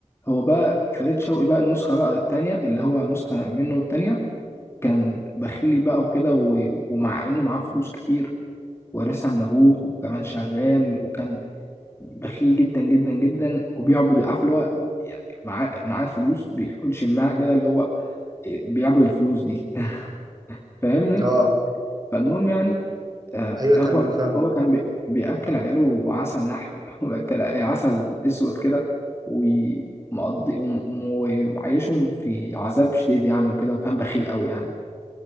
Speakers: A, on the left (about 20°); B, on the right (about 30°).
A: هو بقى فريد شوقي بقى النسخة بقى التانية اللي هو النسخة منه التانية كان بخيل بقى وكده و- ومع انه معاه فلوس كتير وارثها من ابوه وكمان شغال وكان بخيل جدا جدا جدا وبيعبد عارف اللي هو يعني معاه معاه فلوس بيحط شماعة كده اللي هو بيعبد الفلوس دي <laughs> فاهمني
B: اه
A: فالمهم يعني آه
B: ايوه تمام
A: هو
B: فاهمة
A: هو كان بي- بياكل عياله عسل نحل <laughs> وبياكل عسل اسود كده ومقضي ومعيشهم في عذاب شديد يعني وكده وكان بخيل قوي يعني